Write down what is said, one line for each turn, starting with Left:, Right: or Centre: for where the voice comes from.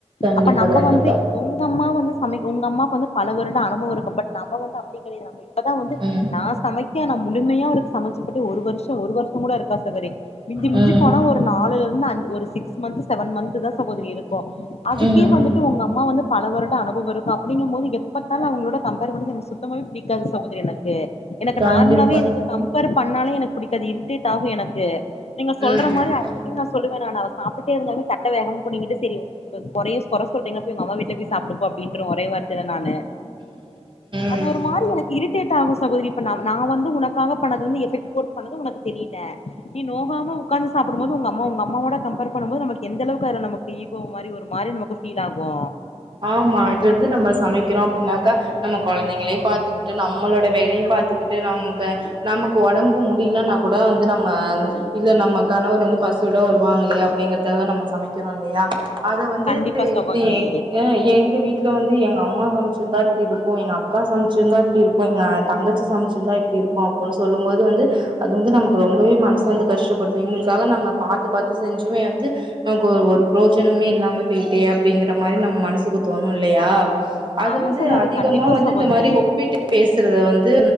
Right: கண்டிப்பா
Left: அப்ப நம்ம
Right: கண்டிப்பா
Left: வந்து உங்க அம்மா வந்து சமைக்க உங்க அம்மாவுக்கு வந்து பல வருட அனுபவம் இருக்கும் பட் நம்ம வந்து அப்டி கிடையாது நம்ம இப்பதா வந்து
Right: ம்
Left: நா சமைக்க நா முழுமையா அவருக்கு சமைச்சு போட்டு ஒரு வருஷ ஒரு வருஷ கூட இருக்காது சகோதரி மிஞ்சி மிஞ்சி
Right: ம்
Left: போனா ஒரு நாலுல இரு ந்து ஒரு சிக்ஸ் மந்த் செவன் மந்த தா சகோதரி இருக்கும் அதுக்கே
Right: ம்
Left: வந்துட்டு உங்க அம்மா வந்து பல வருட அனுபவ இருக்கும் அப்டிங்கும் போது எப்பபாத்தாலு அவங்களோட கம்பர் பண்ண சுத்தமாக பிடிக்கது சகோதரி எனக்கு எனக்கு
Right: கண்டிப்பா
Left: நார்மலாவே எனக்கு கம்பேர் பண்ணாலே எனக்கு பிடிக்காது இரிட்டேட் ஆகு எனக்கு நீங்க சொல்ற
Right: ம்
Left: மாதிரி அடுத்த சொல்லுவ நா அவ சாப்பிட்டே இருந்தாலே தட்ட வேகமா புடிங்கிட்டு சேரி குறையும் குறை சொல்றீங்க போய் உங்கம்மா வீட்ல போய் சாப்புடு போ அப்டின்ற ஒரே வார்த்தையில நானு அது
Right: ம்
Left: ஒரு மாதிரி எனக்கு இரிட்டேட் ஆகும் சகோதரி இப்ப ந நா வந்து உனக்காக பண்ணதுல வந்து எஃபெக்ட் எஃபோர்ட் பண்ணது உனக்கு தெரியல நீ நோகாம உக்காந்து சாப்புடும் போது உங்க உங்க அம்மாவோட கம்பேர் பண்ணும் போது நமக்கு எந்தளவுக்கு அதுல நம்ம ஈகோ மாதி ஒரு மாதிரி நமக்கு ஃபீல் ஆகு
Right: ஆமா இது வந்து நம்ம சமைக்கிறோ அப்டின்னாக்கா நம்ம கொழந்தைங்களையு பாத்துக்கிட்டு நம்மளோட வேலையு பாத்துக்கிட்டு நமக்கு நமக்கு ஒடம்பு முடியலன்னா கூட வந்து நம்ம இல்ல நம்ம கணவர் வந்து பசியோட வருவாங்கலே அப்டிங்கிறதுக்காக நம்ம சமைக்கிறோ இல்லையா அத வந்து
Left: கண்டிப்பா சகோதரி
Right: இதுயே எங்க வீட்ல வந்து எங்க அம்மா சமைச்சிந்தா இப்டி இருக்கு எங்க அக் அக்கா சமைச்சிருந்தா இப்டி இருக்கு எங்க தங்கச்சி சமைச்சிருந்தா இப்டி இருக்கு அப்டின்னு சொல்லும் போது வந்து அது வந்து நமக்கு ரொம்பவே மனசு வந்து கஷ்டப்படுது இவங்களுக்காக நம்ம பாத்து பாத்து செஞ்சுமே வந்து நமக்கு ஒரு ஒரு புரோஜனமே இல்லாம போயிட்டே அப்டிங்கற மாரி நம்ம மனசுக்கு தோணு இல்லயா அது
Left: ஆமா
Right: வந்து
Left: சகோதரி
Right: அதிகமா
Left: கண்டிப்பா
Right: வந்து
Left: சகோதரி
Right: இந்த மாரி ஒப்பிட்டு பேசுறத வந்து